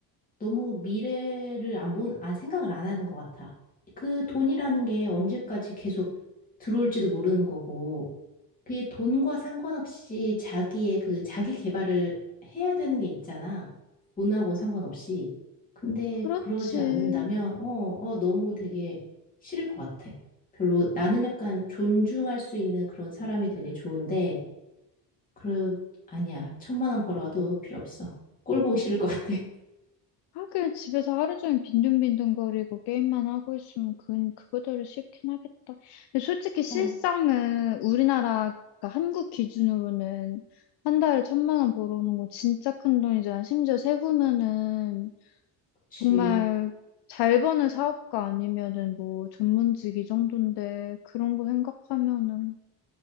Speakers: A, on the left (about 20°); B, on the left (about 65°).
A: 너무 미래를 안 본, 안 생각을 안 하는 것 같아. 그 돈이라는 게 언제까지 계속 들어올지도 모르는 거고, 그게 돈과 상관없이 자기의 그 자기 개발을 해야 되는 게 있잖아. 돈하고 상관없이. 근데
B: 그렇지.
A: 그러지 않는다면, 어, 어, 너무 되게 싫을 것 같아. 별로 나는 약간 존중할 수 있는 그런 사람이 되게 좋은데, 그, 아니야. 천만 원 벌어와도 필요 없어. 꼴 보기 싫을 것 같아. <laughs>
B: 하긴 집에서 하루 종일 빈둥빈둥거리고 게임만 하고 있으면 그건 그거대로 싫긴 하겠다. 근데 솔직히 실상은
A: 어,
B: 우리나라, 그 한국 기준으로는 한 달에 천만 원 벌어오는 거 진짜 큰 돈이잖아. 심지어 세후면은
A: 그치.
B: 정말 잘 버는 사업가 아니면은 뭐 전문직 이 정도인데 그런 거 생각하면은